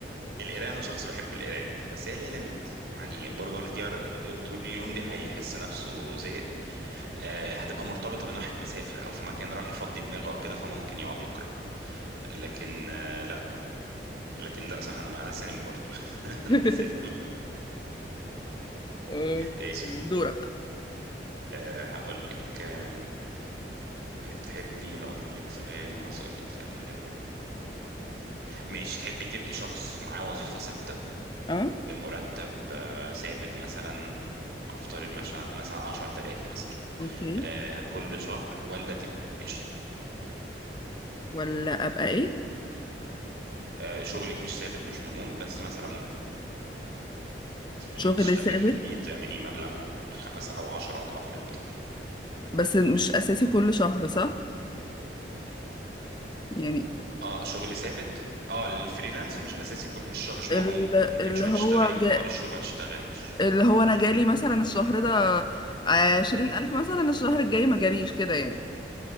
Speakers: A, on the right; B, on the left.
A: القرايه انا شخص بحب القرايه بس هي ليها ليميت يعني برضه الواحد يقرا طول اليوم دي هيحس نفسه زهق آه، هتبقى مرتبطه بان واحد مسافر او في مكان راح يفضي دماغه او كده فممكن يقعد يقرا لكن آه، لا لكن لا صح انا ما انا سينما برضه <laughs> انا
B: <laughs>
A: سينما
B: آه،
A: ماشي خلاص
B: دورك
A: آه، هقول لك آم، آه، تحبي هقول لك سؤال عايز اقول لك سؤال حلو ماشي تحبي تبقي شخص معاه وظيفه ثابته
B: اه
A: بمرتب آه، ثابت مثلا افترض مش- مثلا 10000 مثلا
B: اوكي
A: آه، كل شهر ولا تبقي ش-
B: ولا ابقى ايه
A: آه، شغلك مش ثابت مش مضمون بس مثلا ممكن لما
B: شغل
A: تشتغلي
B: ثابت
A: بيه تعملي مبلغ خمس او عشر اضعاف اللي بتاعي
B: بس مش اساسي كل شهر صح يعني
A: اه شغل ثابت اه الفريلانس مش اساسي كل مش مش مضمون
B: ال-
A: ممكن
B: اللي
A: شويه
B: هو
A: تشتغلي ممكن
B: جا...
A: تقعدي شهور ما تشتغليش
B: اللي هو انا جالي مثلا الشهر ده عشرين الف مثلا الشهر الجاي ما جاليش كده يعني